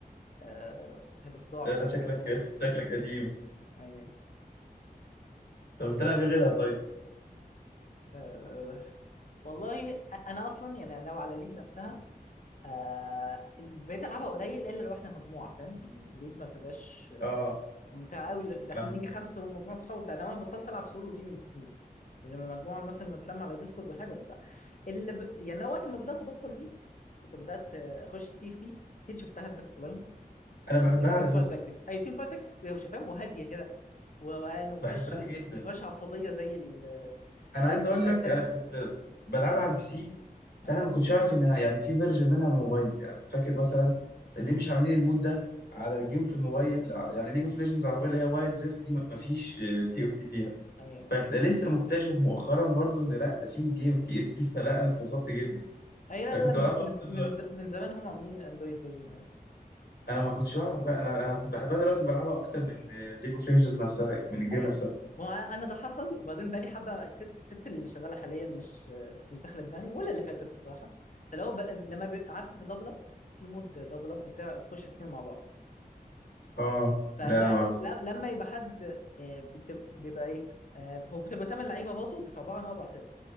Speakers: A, on the left (about 55°); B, on the left (about 80°).
A: آه، هيبقى صداع
B: لا
A: بضرب
B: ده شكلك
A: باخر
B: شكلك قديم
A: اي اي
B: طب بتلعب ايه غيرها طيب
A: أه... والله أ- انا اصلا يعني لو على الليج نفسها أه... ال- بقيت العبها قليل الا لو احنا مجموعه فاهم يعني الليج ما بتبقاش
B: اه
A: ممتع قوي اللي احنا
B: فاهمك
A: نيجي خمسه من مجموعه صحاب بتاع ده. انا بطلت العب سولو دي من سنين يعني لما مجموعه مثلا ونتلم على ديسكورد وحاجه وبتاع اللي ب... يعني أنا وقت ما بدات ابطل ليج كنت بدات آه، اخش تي اف تي اكيد شفتها انت في الكلاينت
B: انا بحبها
A: تيم تيم
B: على
A: فايت
B: فكره
A: تاكتكس اي تيم فايت تاكتكس هو شفاهم وهاديه كده وروقان وما
B: بحبها
A: فيهاش
B: جدا
A: ما فيهاش عصبيه زي ال
B: انا
A: زي
B: عايز
A: البتاع
B: اقول لك
A: التانيه
B: انا كنت بلعبها على البي سي فانا
A: ايوه
B: ما كنتش اعرف انها يعني في فيرجن منها على الموبايل يعني كنت فاكر مثلا اللي مش عاملين المود ده على الجيم في الموبايل ع- يعني ليج اوف ليجندز على الموبايل اللي هي وايلد دريفت دي ما فيش تي اف تي فيها
A: ايوه ايوه
B: فكنت لسه مكتشف مؤخرا برضو ان لا ده في جيم تي اف تي <laughs> فلا انا اتبسطت جدا
A: أيوة، لا
B: انا
A: لا
B: كنت
A: لا، من
B: بلعب اكتر
A: من من من زمان هم عاملين اندرويد فيرجن ايوه
B: انا ما كنتش اعرف بقى انا انا كنت بحبها دلوقتي بلعبها اكتر من ليج اوف ليجندز نفسها من الجيم
A: اي
B: نفسها
A: اي ما هو انا ده حصل وبعدين بقى لي حبه الست الست اللي شغاله حاليا مش مش داخله دماغي ولا اللي فاتت الصراحه فلو بقى لما بيبقى عارف انت دبل اب في مود دبل اب بتاع بتخشوا اتنين مع بعض
B: اه
A: فده
B: لا لا ما
A: اه
B: اعرفوش
A: ل- لما يبقى حد آه، بتب- بيبقى ايه آه، هو بتبقى تمن لعيبه برضه بس عباره عن اربع فرق